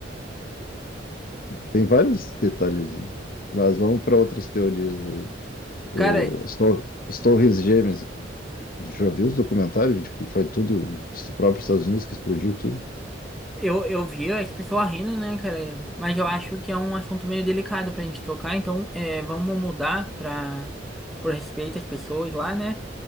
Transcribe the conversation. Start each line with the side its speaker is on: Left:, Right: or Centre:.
Left: Tem vários detalhes, mas vamos para outras teorias. aí. O,
Centre: Cara,
Left: as, tor as Torres Gêmeas, já viu os documentários de que foi tudo, os próprios Estados Unidos que explodiu tudo?
Centre: eu, eu vi as pessoas rindo, né, cara? Mas eu acho que é um assunto meio delicado pra gente tocar, então é, vamos mudar pra, por respeito às pessoas lá, né?